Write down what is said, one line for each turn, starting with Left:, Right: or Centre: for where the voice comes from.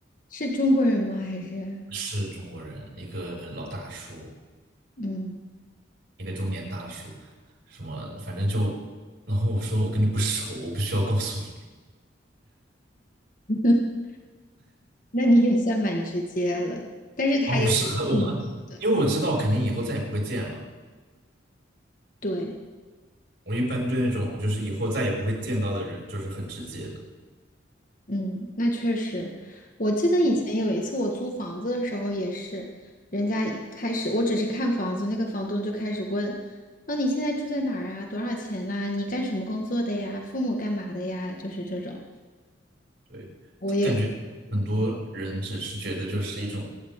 Left: 是中国人吗？还是
Right: 是中国人，一个老大叔，
Left: 嗯，
Right: 一个中年大叔，什么反正就，然后我说我跟你不熟，我不需要告诉你。
Left: <laughs> 那你也算蛮直接了，但是他也挺不礼貌的。
Right: 哦，是很我，因为我知道肯定以后再也不会见了。
Left: 对，
Right: 我一般对那种就是以后再也不会见到的人，就是很直接的。
Left: 嗯，那确实，我记得以前有一次我租房子的时候也是，人家一开始我只是看房子，那个房东就开始问，那、你现在住在哪儿啊？多少钱呐、你干什么工作的呀？父母干嘛的呀？就是这种，
Right: 对，
Left: 我也
Right: 感觉很多人只是觉得就是一种